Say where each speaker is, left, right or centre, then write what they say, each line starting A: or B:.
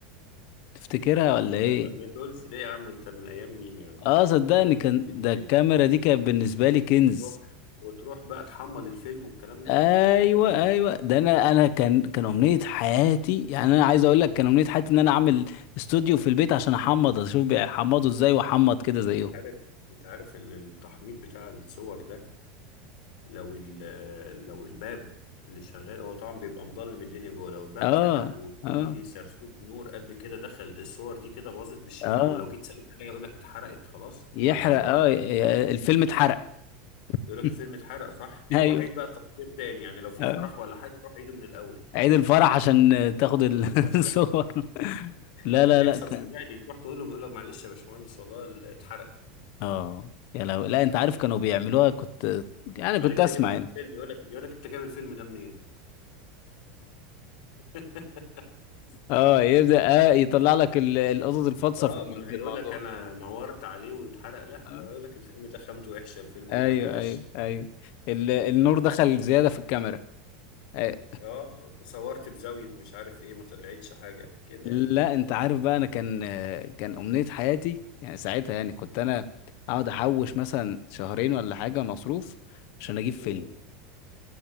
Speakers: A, on the left; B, on the left.
A: تفتكرها ولا
B: يا-
A: ايه
B: عم، ما تقولش ليه يا عم انت من ايام مين يا عم
A: اه صدقني
B: كاميرا
A: كان
B: بتعمل
A: ده
B: ايه
A: الكاميرا دي كانت بالنسبه لي كنز
B: وتروح وتروح بقى تحمض الفيلم والكلام ده
A: ايوه ايوه ده انا انا كان كان امنيه حياتي يعني انا عايز اقول لك كان امنيه حياتي ان انا اعمل استوديو في البيت عشان احمض اشوف بيحمضوا ازاي واحمض كده زيهم
B: عارف انت عارف ان التحميض بتاع الصور ده لو ال- لو الباب اللي شغال هو طبعا بيبقى مضلم الدنيا جوه لو الباب
A: اه
B: فتح وفي
A: اه
B: سرسوب نور قد كده دخل الصور دي كده باظت بالشفا
A: اه
B: ولو جيت سألت عليها يقول لك اتحرقت خلاص
A: يحرق
B: ما راحت
A: اه ي- الفيلم اتحرق
B: يقول لك
A: <laughs>
B: الفيلم اتحرق صح
A: ايوه
B: روح عيد بقى التصوير تاني يعني لو في
A: اه
B: فرح ولا حاجه روح عيده من الاول
A: عيد الفرح عشان تاخد ال- <laughs>
B: <laughs>
A: الصور لا
B: طب
A: لا
B: بتحصل
A: لا كان
B: صدقني تروح تقول له بيقول لك معلش يا باشمهندس والله اتحرق
A: اه يا لو لا انت عارف كانوا بيعملوها كنت يعني
B: بعد
A: كنت
B: كده
A: اسمع
B: جيبها في
A: يعني
B: الفيلم يقول لك يقول لك انت جايب الفيلم ده منين <laughs>
A: اه يبدأ اه يطلع لك ال- القطط الفاطسه
B: اه
A: في ال-
B: ما اللي
A: في
B: هيقول
A: الموضوع
B: لك انا نورت عليه واتحرق لا
A: آه.
B: هيقول لك الفيلم ده خامته وحشه الفيلم ده
A: ايوه
B: ما جاش
A: ايوه ايوه ال- النور دخل زياده في الكاميرا آه،
B: اه انت صورت بزاويه مش عارف ايه ما طلعتش حاجه كده
A: لا
B: يعني
A: انت عارف بقى انا كان آه، كان امنيه حياتي يعني ساعتها يعني كنت انا اقعد احوش مثلا شهرين ولا حاجه مصروف عشان اجيب فيلم
B: مم.